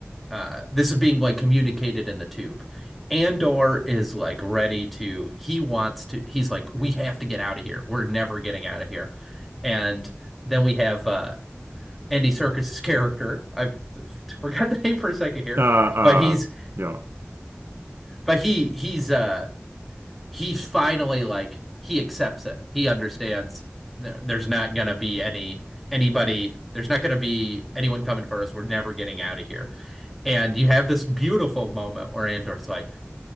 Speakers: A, in the centre; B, on the right.
A: uh, this is being like communicated in the tube. Andor is like ready to, he wants to, he's like, we have to get out of here. We're never getting out of here. And then we have uh Andy Serkis's character. I forgot <laughs> the name for a second here,
B: Uh, uh,
A: but he's
B: yeah,
A: but he he's uh he finally like he accepts it. He understands there, there's not gonna be any anybody. There's not gonna be anyone coming for us. We're never getting out of here. And you have this beautiful moment where Andor's like,